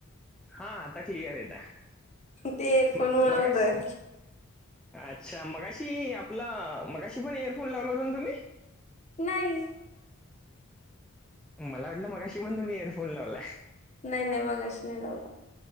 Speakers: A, in the centre; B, on the left.
A: हा आता क्लिअर येत आहे,
B: ते एअरफोन मुळे
A: मगाशी
B: होतोय
A: - अच्छा मगाशी आपला मगाशी पण एयरफोन लावला होता ना तुम्ही
B: नाही.
A: मला वाटलं मगाशी पण तुम्ही एयरफोन लावलाय.
B: नाही-नाही मगाअशी नाही लावला,